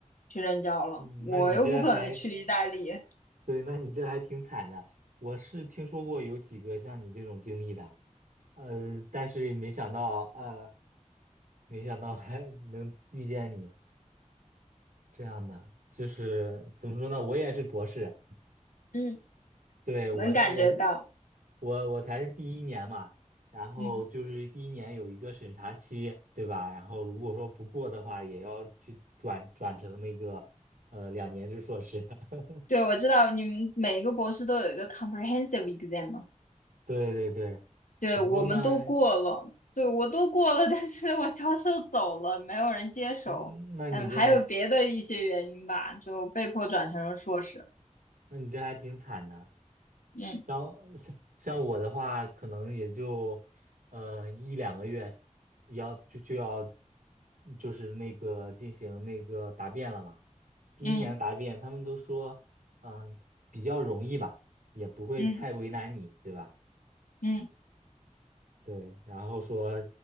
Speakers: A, on the left; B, on the right.
A: 去任教了。
B: <laughs> 嗯那你这还
A: 我又不可能去意大利，
B: 对，那你这还挺惨的。我是听说过有几个像你这种经历的，呃，但是也没想到，呃，没想到还 <laughs> 能遇见你这样的。就是怎么说呢，我也是博士，
A: 嗯，<laughs>
B: 对，我我
A: 能感觉到。
B: 我我才是第一年嘛，然后就是第一年有一个审查期，
A: 嗯，
B: 对吧？然后如果说不过的话，也要去转转成那个呃两年制硕士。<laughs>
A: 对，我知道你们每一个博士都有一个 comprehensive exam 嘛，
B: 对对对，
A: 对，
B: 怎么说呢？
A: 我们都过了，对，我都过了，但是我教授走了，没有人接手，
B: 嗯，那你这还，
A: 嗯，还有别的一些原因吧，就被迫转成了硕士。
B: 那你这还挺惨的。
A: 嗯
B: 像像像我的话，可能也就呃一两个月，要就就要就是那个进行那个答辩了嘛。第一年的答辩，
A: 嗯
B: 他们都说，嗯、比较容易吧，也不会太为难你，
A: 嗯
B: 对吧？
A: 嗯。
B: 对，然后说，